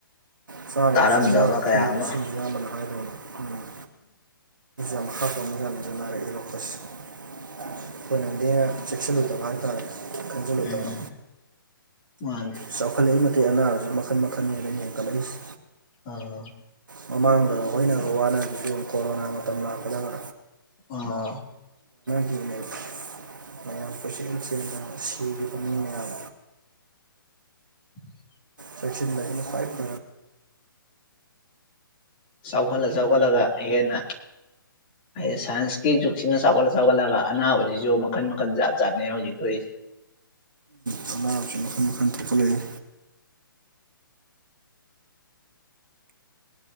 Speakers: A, on the right; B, on the left.
A: ꯆꯥꯔꯤꯕ
B: ꯇꯥꯔꯝꯗꯕ
A: ꯆꯤꯟꯖꯥꯛ
B: ꯀꯌꯥ
A: ꯊꯛꯏꯕ
B: ꯑꯃ
A: ꯆꯤꯟꯖꯥꯛ ꯌꯥꯝ ꯑꯃꯅ ꯍꯥꯏꯗꯅꯤ ꯎꯝ ꯥꯝ ꯍꯥꯥꯄ ꯃꯖꯥꯟꯅꯖꯅꯔ ꯑꯦꯔꯣꯀꯁ ꯍꯈꯣꯏꯅꯗꯤꯅ ꯆꯦꯛꯁꯤꯜꯂꯨꯗꯕ ꯍꯥꯏꯇꯥꯔꯦ ꯈꯪꯖꯤꯜꯂꯨꯗꯕ
B: ꯎꯝ ꯃꯥꯅꯦ
A: ꯆꯥꯎꯈꯠꯂꯛꯏ ꯃꯇꯛ ꯑꯅꯥꯕꯁꯤ ꯃꯈꯜ ꯃꯈꯜꯅꯤꯕꯅ ꯍꯦꯟꯈꯠꯂꯛꯏꯁꯤ
B: ꯑꯣ
A: ꯃꯃꯥꯡꯗꯒ ꯍꯣꯏꯅꯒ ꯋꯥꯅꯒꯤꯁꯨ ꯀꯣꯔꯣꯅꯥ ꯃꯇꯝ ꯂꯥꯛꯄꯗꯒ
B: ꯑ
A: ꯌꯦꯡ ꯃꯌꯥꯝ ꯄꯨꯆꯦꯟ ꯆꯦꯟꯗꯅ ꯁꯤꯈꯤꯕ ꯃꯤ ꯃꯌꯥꯝ
B: <inaudible>
A: ꯆꯦꯛꯁꯤꯟꯗ ꯑꯩꯅ ꯐꯋꯥ
B: ꯆꯥꯎꯈꯠꯂ ꯆꯥꯎꯈꯠꯂꯒ ꯍꯦꯟꯅ ꯍꯥꯏꯗꯤ ꯁꯥꯏꯟꯁꯀꯤ ꯖꯨꯛꯁꯤꯅ ꯆꯥꯎꯒꯠꯂ ꯆꯥꯎꯒꯠꯂꯒ ꯑꯅꯥꯕꯁꯤꯁꯨ ꯃꯈꯟ ꯃꯈꯟ ꯖꯥꯠ ꯆꯥꯠꯅꯩ ꯍꯧꯖꯤꯛ ꯊꯣꯛꯏꯁꯦ
A: ꯇ ꯃꯈ ꯃꯈ ꯊꯀ ꯂꯩ <unintelligible>